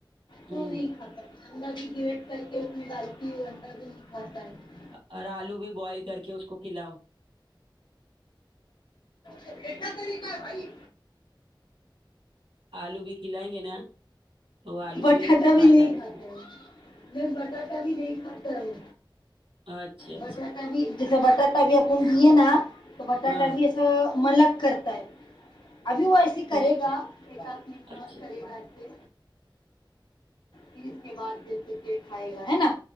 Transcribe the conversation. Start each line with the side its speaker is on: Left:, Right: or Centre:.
Left: تو
Right: ہوں
Left: نہیں کھاتا انا بھی گرٹ کر کے اپنے بالک انڈا بھی نہیں کھاتا ہے
Right: اور آلو بھی بوائل کر کے اس کو کھلاؤ
Left: یہ کیا طریقہ ہے بھائی
Right: آلو بھی کھلائیں گے نا تو آلو
Left: ب ٹھڈا
Right: فائدہ
Left: بھی نہیں
Right: اس
Left: کھاتا
Right: کو
Left: ہے نہی بٹاٹا بھی نہیں کھاتا وہ
Right: اچھا اچھا
Left: بٹاٹا بھی جسا بٹاٹا بھی اپ گئے نا تو بٹاٹا
Right: ہاں
Left: بھی اس ملک کرتا ہے ابھی وہ ایسے
Right: کون
Left: کرے گا ایک آھ مہینے
Right: اچھا
Left: اور کرے گا ایسے پ اس کے بعد جیسے کہ کھائے گا ہے نا